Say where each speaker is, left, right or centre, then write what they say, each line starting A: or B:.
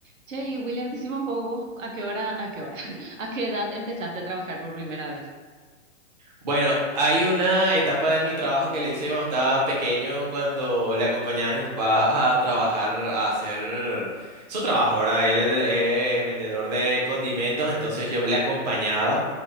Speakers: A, on the right (about 80°); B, on the right (about 35°).
A: Che, y William, decime un poco vos, a qué hora, a qué hora, <laughs> a qué edad empezaste a trabajar por primera vez.
B: Bueno, hay una etapa de mi trabajo que le hice cuando estaba pequeño, cuando le acompañaba a mi papá a trabajar, a hacer su trabajo, ¿verdad? Él es vendedor de condimentos, entonces yo le acompañaba